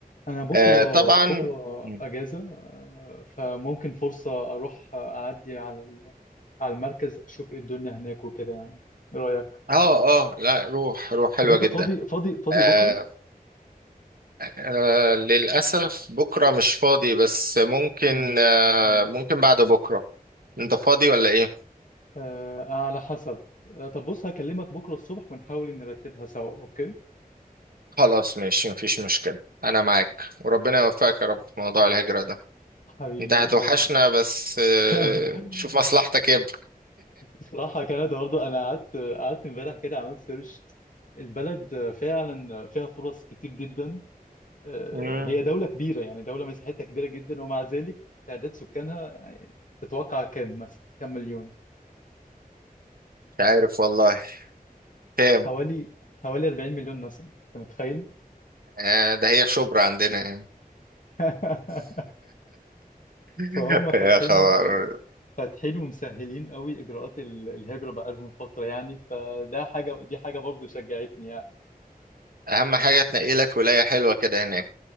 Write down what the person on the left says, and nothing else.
انا بكره
بكره
اجازه آه، فممكن فرصه اروح اعدي على ال- على المركز اشوف ايه الدنيا هناك وكده يعني ايه رايك
طب انت
فاضي فاضي فاضي
بكره
امم
آه على حسب آه طب بص هكلمك بكره الصبح ونحاول إن نرتبها سوا اوكي
حبيبي
و-
<laughs>
الصراحه كندا برضه انا قعدت قعدت امبارح كده عملت سيرش البلد فعلا فيها فرص كتير جدا آه،
هي دولة كبيرة يعني دولة مساحتها كبيرة جدا ومع ذلك تعداد سكانها يعني تتوقع كام مثلا كام مليون
حوالي حوالي 40 مليون نسمة انت متخيل
<laughs>
فهم فاتحين
فاتحين ومسهلين قوي اجراءات ال- الهجرة بقالهم فترة يعني فده حاجة دي حاجة برضو شجعتني يعني